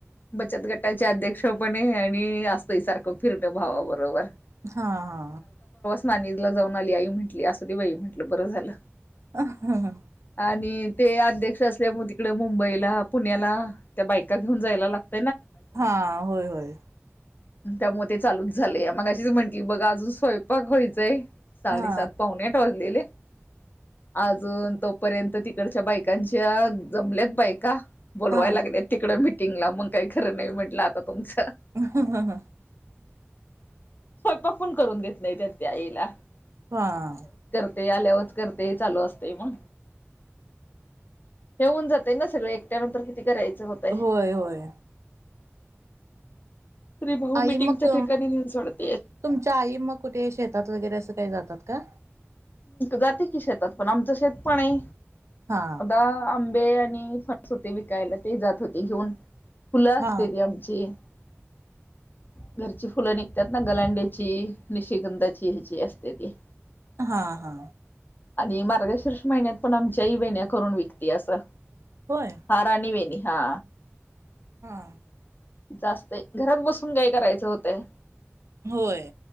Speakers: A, on the left (about 40°); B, on the right (about 75°).
A: बचत घटाचे अध्यक्ष... तो पणे आणि असत सारखं फिरत भावाबरोबर.
B: हा हा.
A: नानिजला जाऊन आली आई म्हटली असं दे बाई म्हटलं बरं झालं.
B: आ हा ह.
A: आणि ते अध्यक्ष असल्यामुळे तिकडे मुंबईला पुण्याला त्या बायका घेऊन जायला लागत.
B: हा होय होय.
A: त्यामुळे ते चालूच झाले, मग अशीच म्हंटली बघा अजून स्वयंपाक व्हायचंय. साडेसात
B: हा
A: पाहुणे आठ वाजलेले. आजून तोपर्यंत तिकडच्या बायकांच्या जमल्यात बायका. बोलवाय
B: हा
A: लागले तिकडं मीटिंगला मग काही खरं नाही म्हटलं आता.. तुमचं
B: ह ह ह..
A: स्वयंपाक पण करून देत नाही त्या त्या आईला.
B: हां..
A: ते आल्यावरच करते चालू असते मग. ठेऊन जातय ना सगळ, एकट्या नंतर किती करायचं होतय.
B: होय होय
A: त्री भाऊ
B: आई
A: मटिंगच्या
B: मग
A: ठिकाणी नेऊन सोडत.
B: तुमच्या आई मग कुठे शेतात वगैरे असं काही जातात का?
A: जाते की शेतात पण आमचं शेत पण आहे.
B: हा
A: द आंबे आणि... फणस होते विकायला ते जात होते घेऊन, फुलं
B: हा
A: असते ती आमची. <inaudible> घरची फुलं निघतात ना गलांडीची, निशगंधाची ह्याची असते ती.
B: हा हा.
A: आणि मार्गशिर्ष महिन्यात पण आमच्याही वेण्या करून विकती असं.
B: होय
A: हा, राणीवेनी हा.
B: हा.
A: जास्तय, घरात बसून काय करायचं होतं.
B: होय.